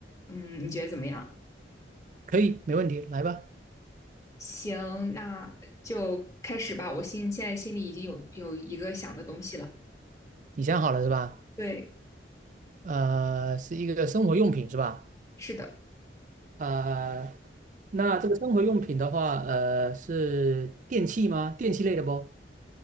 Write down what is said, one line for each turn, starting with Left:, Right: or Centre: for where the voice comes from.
Left: 嗯，你觉得怎么样？
Right: 可以，没问题，来吧，
Left: 行，那就开始吧。我心现在心里已经有有一个想的东西了。
Right: 你想好了是吧？
Left: 对，
Right: 呃，是一个生活用品是吧？
Left: 是的，
Right: 呃，那这个生活用品的话，呃，是电器吗？电器类的不？